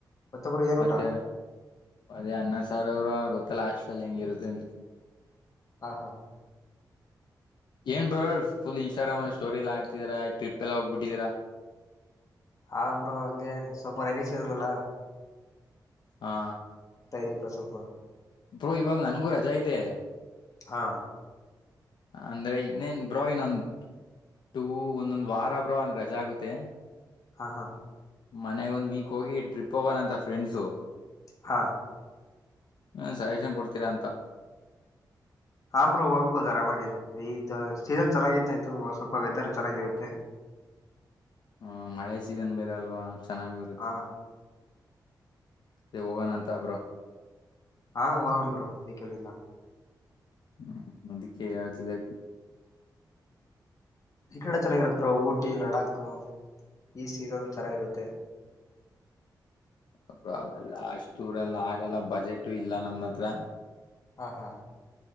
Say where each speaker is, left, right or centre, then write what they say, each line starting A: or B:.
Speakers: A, on the left; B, on the left.
A: ಬ್ರೋ ಏನ್
B: ಮತ್ತೆ
A: ಊಟ
B: ಅದೇ ಅನ್ನ ಸಾರ್ ಅವರ ಗೊತ್ತ ಲಾಸ್ಟ್ಲ್ಲಿ ಹೆಂಗ ಇರುತ್ತೆ ಅಂದ್ರ.
A: ಹಾ ಹಾ
B: ಏನ್ ಬ್ರೋ ಫುಲ್ ಇನ್ಸ್ಟಾಗ್ರಾಮ್ ಅಲ್ಲಿ ಸ್ಟೋರಿ ಎಲ್ಲ ಹಾಕ್ತಿದೀರಾ ಟ್ರಿಪ್ ಎಲ್ಲ ಹೋಗ್ಬಿಟ್ಟಿದೀರಾ.
A: ಹಾ ಬ್ರೋ ಹಂಗೆ ಸ್ವಲ್ಪ ಹರೀಶ ಇನಲ್ಲ
B: ಹಾ
A: ಇದೀವಿ ಬ್ರೋ ಸ್ವಲ್ಪ
B: ಬ್ರೋ ಇವಾಗ ನನ್ಗೂ ರಜಾ ಇದೆ.
A: ಹಾ
B: ಅಂದ್ರೆ ಇನ್ನೇನ್ ಬ್ರೋ ಇನ್ನೊಂದ್ ಟೂ ಒಂದೊಂದ್ ವಾರ ಬ್ರೋ ಒಂದ ರಜೆ ಆಗುತ್ತೆ.
A: ಹಾ ಹಾ
B: ಮನೆ ಒಂದ್ ವೀಕ್ ಹೋಗಿ ಟ್ರಿಪ್ ಹೋಗೋಣಂತ ಫ್ರೆಂಡ್ಸು
A: ಹಾ
B: ಹ್ಮ ಸಜೆಶನ್ ಕೊಡ್ತೀರಾ ಅಂತ
A: ಹಂಬ್ರ ಹೋಗ್ಬೋದರಾಮಗೇನು ಈ ಸೀಸನ್ ಚೆನ್ನಾಗಿತ್ತಾಯತು ಸ್ವಲ್ಪ ವೆದರ್ ಚೆನ್ನಾಗಿರುತ್ತೆ.
B: ಹ್ಮ ಮಳೆ ಸೀಸನ್ ಬೇರೆಲ್ವಾ. ಚೆನ್ನಾಗಿ ಬರುತ್ತೆ
A: ಹಾ
B: ಅದೆ ಹೋಗೋಣ ಅಂತ ಬ್ರೋ
A: ಹಾ ಹೋಗನ ಬ್ರೋ, ಅದಕ್ಕೆನಿಲ್ಲ
B: ಹ್ಮ್ ಅದಕ್ಕೆ ಹೇಳ್ತಿದೆ.
A: ಈ ಕಡೆ ಚೆನ್ನಾಗಿರುತ್ತೆ ಊಟಿ ಲಡಾಖು ಈ ಸೀಸನ್ ಚೆನ್ನಾಗಿರುತ್ತೆ
B: ಅ ಅವಲ್ಲ ಅಷ್ಟ ದೂರಲ್ಲ ಆಗಲ್ಲ ಬಜೆಟು ಇಲ್ಲ ನಮ್ಮ ಹತ್ರ.
A: ಹ ಹಾ